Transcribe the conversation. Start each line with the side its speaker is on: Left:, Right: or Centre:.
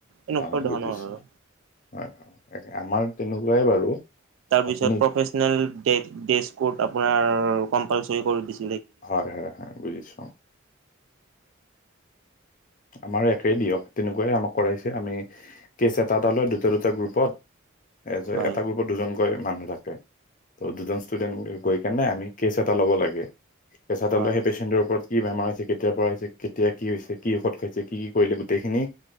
Right: এনেকুৱা
Left: হয়
Right: ধৰণৰ
Left: বুজিছোঁ,
Right: আৰু
Left: হয় হয়, আমাৰ তেনেকুৱাই বাৰু।
Right: তাৰ পাছত
Left: আপুনি
Right: ফ্ৰফেচনেল দে, ডেক্স কোড আপোনাৰ কম্পালচৰি কৰি দিছে।
Left: হয়-হয় হয় বুজিছো। আমাৰ একেই দিয়ক, তেনেকুৱাই আমাক কৰাইছে, আমি কেচ এটা এটা লয় দুটা দুটা গ্ৰুপত এজ
Right: হয়
Left: এটা গ্ৰুপত দুজনকৈ মানুহ থাকে, ত' দুজন ষ্টুডেন্ট গৈ কেনে আমি কেচ এটা ল'ব লাগে। কেঁচা
Right: হয়
Left: তালৰ সেই পেচেণ্টোৰ ওপৰত কি বেমাৰ হৈছে কেতিয়াৰ পৰা হৈছে, ‌কেতিয়া কি হৈছে কি ঔষধ খাইছে, কি কি কৰিলে, গোটেইখিনি